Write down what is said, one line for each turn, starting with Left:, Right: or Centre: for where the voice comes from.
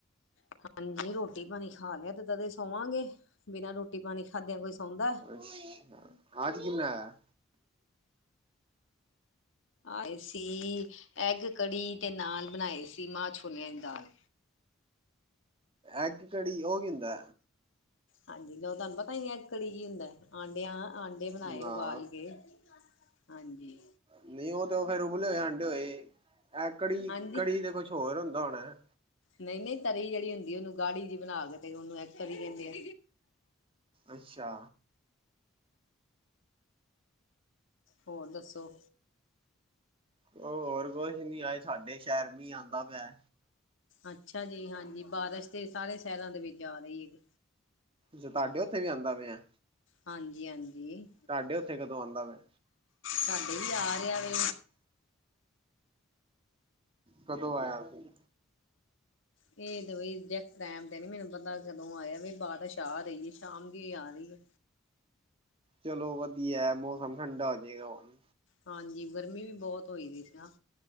Left: ਹਾਂਜੀ, ਰੋਟੀ-ਪਾਣੀ ਖਾ ਲਿਆ ਤੇ, ਤਦੇ ਸੌਵਾਂਗੇ ਬਿਨਾ ਰੋਟੀ-ਪਾਣੀ ਖਾਦਿਆਂ ਕੋਈ ਸੌਂਦਾ।
Right: ਅੱਛਾ, ਆਜ ਕਿੰਨਾ ਆਯਾ?
Left: ਆਏ ਸੀ, ਐਗ-ਕੜੀ ਤੇ ਨਾਲ ਬਣਾਏ ਸੀ ਮਾਂ-ਛੋਲਿਆਂ ਦੀ ਦਾਲ।
Right: ਐਗ ਕੜੀ, ਓ, ਕੀ ਹੁੰਦਾ?
Left: ਹਾਂਜੀ ਲੋ ਤੁਹਾਨੂੰ ਪਤਾ ਈ ਨੀ, ਐਗ-ਕੜੀ ਕੀ ਹੁੰਦਾ, ਆਂਡਿਆਂ ਆਂਡੇ ਬਣਾਏ
Right: ਨਾ
Left: ਉਬਾਲ ਕੇ ਹਾਂਜੀ।
Right: ਨਹੀ, ਉਹ ਤੇ ਉਹ ਫੇਰ ਉਬਲੇ ਹੋਏ ਆਂਡੇ ਹੋਏ ਇਹ ਕੜੀ
Left: ਹਾਂਜੀ
Right: ਕੜੀ ਤੇ ਕੁਛ ਹੋਰ ਹੁੰਦਾ ਹੋਣਾ?
Left: ਨਹੀਂ ਨਹੀਂ, ਤਰੀ ਜਿਹੜੀ ਹੁੰਦੀ ਉਹਨੂੰ ਗਾੜੀ ਜਿਹੀ ਬਣਾ ਕੇ ਤੇ ਉਹਨੂੰ ਇੱਕ ਕੜੀ ਕਹਿੰਦੇ ਆ।
Right: ਅੱਛਾ
Left: ਹੋਰ ਦੱਸੋ?
Right: ਹੋਰ ਕੁਛ ਨੀ ਅੱਜ ਸਾਡੇ ਸ਼ਹਿਰ ਮੀਂਹ ਆਂਦਾ ਪਿਆ
Left: ਅੱਛਾ ਜੀ, ਹਾਂਜੀ ਬਾਰਿਸ਼ ਤੇ ਸਾਰੇ ਸ਼ਹਿਰਾਂ ਦੇ ਵਿੱਚ ਆ ਰਹੀ ਐ
Right: ਤੁਹਾਡੇ ਉੱਥੇ ਵੀ ਆਂਦਾ ਪਿਆ
Left: ਹਾਂਜੀ-ਹਾਂਜੀ
Right: ਤੁਹਾਡੇ ਉੱਥੇ ਕਦੋਂ ਆਂਦਾ ਪਿਆ
Left: ਸਾਡੇ ਵੀ ਆ ਰਿਹਾ ਵੇ
Right: ਕਦੋਂ ਆਇਆ ਸੀ
Left: ਇਹ ਤੇ ਬਈ ਇਗਜੈਕਟ ਟਾਈਮ ਤੇ ਨੀ ਮੈਨੂੰ ਪਤਾ ਕਦੋਂ ਆਇਆ ਬਈ ਬਾਰਿਸ਼ ਆ ਰਹੀ ਆ ਸ਼ਾਮ ਦੀ ਆ ਰਹੀ ਐ
Right: ਚਲੋ ਵਧੀਆ ਮੌਸਮ ਠੰਡਾ ਹੋਜੇਗਾ ਹੁਣ
Left: ਹਾਂਜੀ ਗਰਮੀ ਵੀ ਬਹੁਤ ਹੋਈ ਦੀ ਸੀ ਨਾ